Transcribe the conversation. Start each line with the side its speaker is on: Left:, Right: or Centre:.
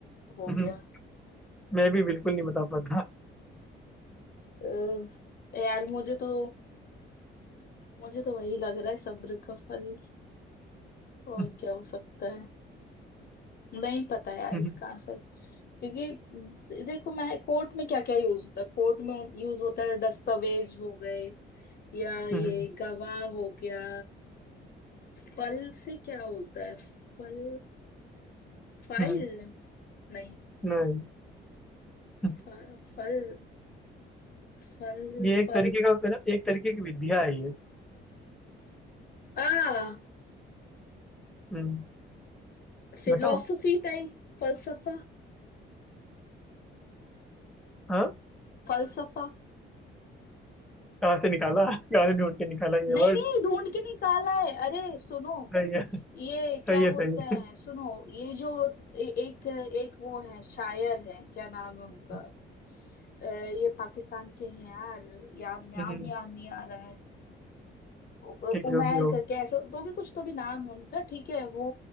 Left: हो
Centre: हम्म,
Left: गया
Centre: मैं भी बिल्कुल नहीं बता पाता
Left: अ, यार मुझे तो मुझे तो वही लग रहा है सब्र का फल और
Centre: हम्म,
Left: क्या हो सकता है नहीं पता यार
Centre: हम्म,
Left: इसका आंसर क्योंकि दे- देखो मैं कोर्ट में क्या क्या यूज होता है कोर्ट में यूज होता है दस्तावेज हो गए या ये
Centre: हम्म,
Left: गवाह हो गया फल से क्या होता है फल फाइल
Centre: हम्म,
Left: नहीं
Centre: नहीं हम्म,
Left: फ- फल फल
Centre: ये एक
Left: फल
Centre: तरीके का है ना एक तरीके की विद्या है ये
Left: आ
Centre: हम्म,
Left: फिलोसफी
Centre: बताओ
Left: टाइप फलसफा
Centre: हाँ
Left: फलसफा
Centre: कहाँ से निकाला कहाँ से ढूंढ के निकाला ये
Left: नहीं
Centre: वर्ड
Left: नहीं ढूंढ के निकाला है अरे सुनो
Centre: सही है
Left: ये
Centre: सही
Left: क्या
Centre: है
Left: बोलते
Centre: सही
Left: हैं
Centre: है
Left: सुनो ये जो ए, एक एक वो है शायर है क्या नाम है उनका
Centre: हम्म,
Left: अ, ये पाकिस्तान के हैं यार याद नाम
Centre: हम्म,
Left: याद नहीं आ रहा उ-
Centre: ठीक है,
Left: उमैर
Centre: जो भी हो
Left: करके ऐसा दो भी कुछ तो भी नाम है उनका ठीक है वो